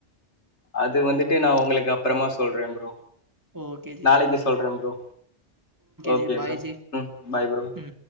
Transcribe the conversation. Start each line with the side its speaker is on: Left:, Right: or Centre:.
Left: அது வந்துட்டு நா உங்களுக்கு அப்றமா சொல்றே ப்ரோ
Right: ஓகே ஜி.
Left: நாளைக்கு சொல்றேம் bro Okay
Right: ji. bye
Left: bro
Right: ji.
Left: ம் பாய் ப்ரோ
Right: ம்.